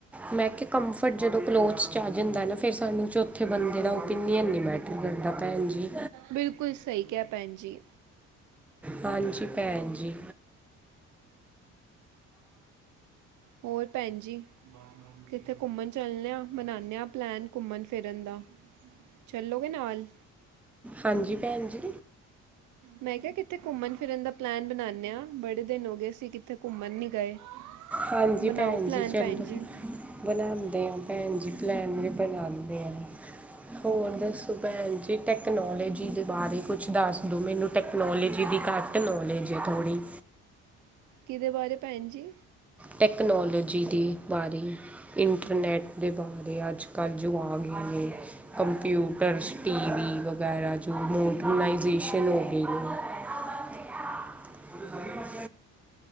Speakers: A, in the centre; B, on the right.
A: ਮੈਂ ਕਿਆ ਕੰਫਰਟ ਜਦੋਂ ਕਲੋਥਸ ਚ ਆ ਜਾਂਦਾ ਨਾ ਫੇਰ ਸਾਨੂੰ ਚੌਥੇ ਬੰਦੇ ਦਾ ਓਪੀਨੀਅਨ ਨੀ ਮੈਟਰ ਕਰਦਾ ਭੈਣ ਜੀ।
B: ਬਿਲਕੁਲ ਸਈ ਕਿਆ ਭੈਣ ਜੀ।
A: ਹਾਂਜੀ ਭੈਣ ਜੀ।
B: ਹੋਰ ਭੈਣ ਜੀ। ਕਿੱਥੇ ਘੁੰਮਨ ਚਲਨੇ ਆ ਮਨਾਨੇ ਆ ਪਲੈਨ ਘੁੰਮਨ-ਫਿਰਨ ਦਾ। ਚੱਲੋਗੇ ਨਾਲ।
A: ਹਾਂਜੀ ਭੈਣ ਜੀ।
B: ਮੈਂ ਕੇਆ ਕਿਤੇ ਘੁੰਮਣ-ਫਿਰਨ ਦਾ ਪਲੈਨ ਬਣਾਂਨੇ ਆ, ਬੜੇ ਦਿਨ ਹੋ ਗਈ ਅਸੀਂ ਕਿਤੇ ਘੁੰਮਣ ਨਈ ਗਏ।
A: ਹਾਂਜੀ
B: ਬਣਾਓ
A: ਭੈਣ
B: ਪਲੈਨ
A: ਜੀ ਚਲੋ।
B: ਭੈਣ ਜੀ
A: ਬਣਾਉਂਨੇ ਹਾਂ ਭੈਣ ਜੀ ਪਲੈਣ ਵੀ ਬਣਾਓਣੇ ਹਾਂ। ਹੋਰ ਦੱਸੋ ਭੈਣ ਜੀ, ਟੈਕਨੋਲੋਜੀ ਦੇ ਬਾਰੇ ਕੁਛ ਦੱਸ ਦੋ ਮੈਨੂੰ। ਟੈਕਨੋਲੋਜੀ ਦੀ ਘੱਟ ਨੌਲੇਜ ਏ ਥੋੜ੍ਹੀ।
B: ਏਦੇ ਬਾਰੇ ਭੈਣ ਜੀ?
A: ਟੈਕਨੋਲੋਜੀ ਦੇ ਬਾਰੇ ਇੰਟਰਨੈੱਟ ਦੇ ਬਾਰੇ ਅੱਜ। ਕਾਨਜੂ ਆ ਗਏ ਨੇ। ਕੰਪਿਊਟਰਸ, ਟੀਵੀ ਵਗੈਰਾ ਜੋ ਮੋਡਰਨਾਈਜੇਸ਼ਨ ਹੋ ਗਏ ਨੇ। <unintelligible>